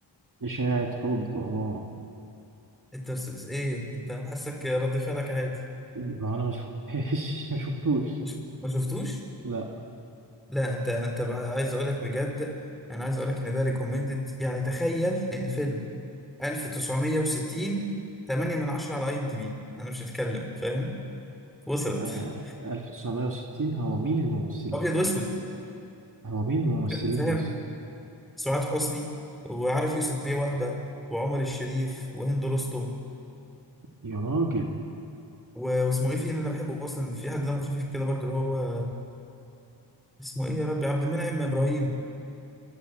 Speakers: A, on the right; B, in the centre.
A: اشاعة حب اه
B: انت بس- بس ايه انت أنا حاسك رد فعلك عادي
A: ما انا ما شفتهاش <laughs> ما شفتوش
B: مش ما شفتوش
A: لا
B: لا انت انت بع- عايز اقولك بجد انا عايز اقولك ان ده ريكومندد يعني تخيل ان فيلم 1960 8 من 10 على اي ام دي بي انا مش هتكلم فاهم وصلت
A: آه
B: <laughs>
A: 1960 هو مين الممثلين
B: ابيض واسود
A: هو مين الممثلين
B: فاهم
A: يا اسطى
B: سعاد حسني وعارف يوسف بيه وهبه وعمر الشريف وهند رستم
A: يا راجل
B: و- واسمه ايه في اللي انا بحبه اصلا في حد دمه خفيف كده برضه اللي هو اسمه ايه يا ربي عبد المنعم ابراهيم